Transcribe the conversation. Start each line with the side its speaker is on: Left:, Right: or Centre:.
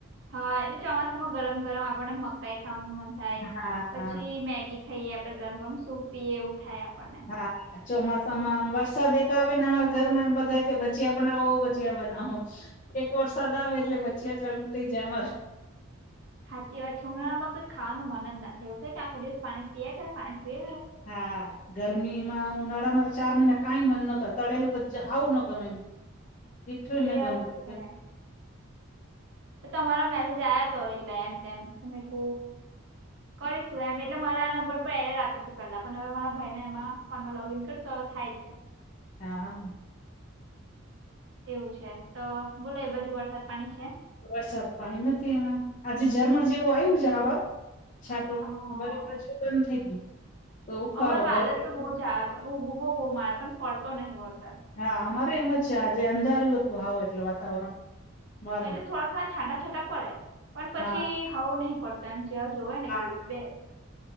Right: હા એટલે ચોમાસામાં ગરમ ગરમ આપણને મકાઈ ખાવાનું મન થાય,
Left: હા હા
Right: પછી મેગી ખઈએ આપડે ગમ ગરમ સૂપ પીએ એવું થાય આપણને.
Left: હા. <unintelligible> ચોમાસામાં વરસાદ એકા આવે ને અમારા ઘરમાં એમ બધા કે ભજીયા બનાવો ભજીયા બનાવો. એક વરસાદ આવે એટલે બચિયા ચાલુ થઇ જમાં.
Right: સાચી વાત છે ઉના માં કોઈ ખાવાનું મન જ નથી એવું છે કે આખો દિવસ પાણી જ પીએ કરે પાણી પીવે કરે.
Left: હા. ગરમીમાં ઉનાળામાં તો ચાર મહિના કાઈ મન નત તળેલું તો જ આવું ન ગમે એ. દઠું ના
Right: એ
Left: કમે
Right: વાત તો
Left: કર
Right: છે તો તમારા મેસેજ આ્યા તો એટલે એમ તેમ તમે કહ કરીશું એમ એટલે મારા આ નંબર પર એતી હતી પહેલા પણ હવે મારા ભાઈ ને એમાં ફોન માં લોગઈન કર તો થાય છે.
Left: હા.
Right: એવું છે તો બોલો એ બધુ વરસાદ પાણી છે?
Left: વરસાદ પાણી નથી એ આજે જર્મણ જેવું આવ્યું જરાવાર. છાટો
Right: હા
Left: અમારી પાછું બંધ થઈ ગયું, તો ઉકાળો
Right: અમાર વાદળ
Left: ગરમી.
Right: તો બહુ જ આવે પણ ઊભો બોમાળે પણ પડતો નહીં વરસાદ.
Left: હા અમારે એમ જ છે આજે અંધાર્યું હતું આવું એટલે વાતાવરણ. વાદળ
Right: એટલે થોડા થોડા છાંડા છાંતાં પડે, પણ પછી
Left: હા
Right: હવો નહી પડતો એમ. જોવે ને
Left: હા
Right: એવું બે